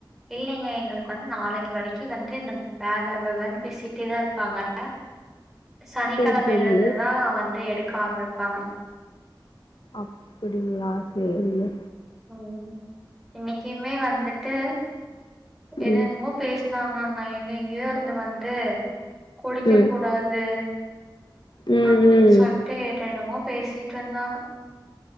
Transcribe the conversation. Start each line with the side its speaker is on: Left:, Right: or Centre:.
Centre: இல்லேங்க எங்களுக்கு வந்து நாளைக்கு வரைக்கு வந்து இந்த வ வ வ னு பேசிட்டே தான் இருப்பாங்க அ சனிக்கிழமையில
Left: சேரி சேரி
Centre: இருந்துதான் வந்து எடுக்க ஆரம்பிப்பாங்க
Left: அப்புடிங்களா செரிங்க
Centre: ம் இன்னைக்குமே வந்துட்டு என்ன
Left: ம்
Centre: என்னமோ பேஸ் னாங்கங்க எங்க எங்கயோ இருந்து வந்து குடிக்க
Left: ம்
Centre: கூடாது
Left: ம்
Centre: அப்டின்னு
Left: ம்
Centre: சொல்ட்டு என்ன என்னமோ பேசிட்டு இருந்தாங்க